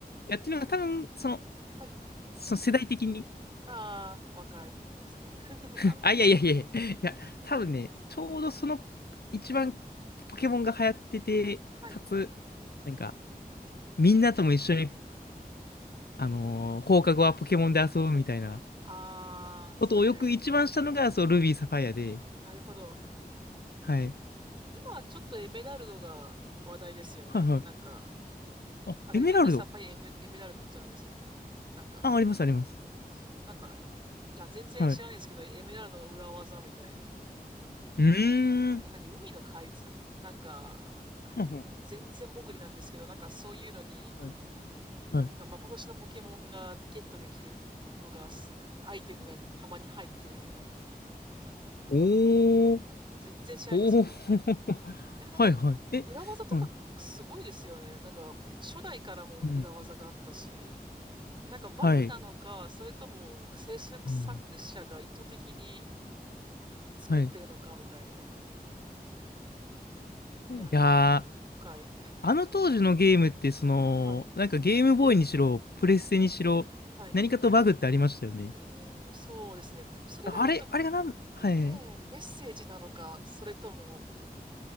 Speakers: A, on the left; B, on the right.
A: いや、っていうのが多分、
B: あー、な、
A: その、
B: はい。
A: その世代的に。
B: ああ、若いですかね。<laughs> まあまあまあまあ。
A: <laughs> あ、いやいやいやいや、いや、多分ね、ちょうどその一番ポケモンが流行ってて、
B: はい。
A: かつ、なんか、みんなとも一緒に、あのー放課後はポケモンで遊ぶみたいな
B: ああ、
A: ことをよく一番したのが、
B: そういう。
A: そう、ルビーサファイアで、
B: なるほど。
A: はい。
B: 今はちょっとエメラルドが話題ですよね。
A: はいはい。
B: なんか、
A: あ、
B: あれ、
A: エメラルド。
B: ルビー、サファイア、エメ、エメラルドじゃないでしたっけなんか、
A: あ、ありますあります。
B: そう、なんか、いや、全然知らないですけど、
A: はい。
B: エメラルドの裏技みたいな。
A: うーん。
B: なんか、何、海の海図なんか、
A: はい
B: 全然潜りなんですけど、なんかそういうのに、
A: はい。はい
B: なんか幻のポケモンがゲットできるのが、すアイテムがたまに入ってるみたいな。
A: おー。
B: もう全然知らないんですけど、
A: おお、<laughs>
B: でもなんか、
A: はいはい。え、
B: 裏技とかすごいですよね。
A: はい。
B: なんか、初代からも裏技があったし、
A: うん。
B: なんかバグなのか、
A: はい。
B: それとも制作作者が意図的に
A: うん。
B: 作ってるのかみたいな。
A: はい。<laughs> い
B: うん、いや、
A: やー、
B: 深い。<laughs>
A: あの当時のゲームって、その、
B: はい。
A: なんかゲームボーイにしろ、プレステにしろ、
B: はい。
A: 何かとバグってありましたよね。
B: うーん、そうですね。でもそれがなんか、
A: あれ、あれがなん、
B: んねえ、
A: はい。
B: メッセージなのか、それとも、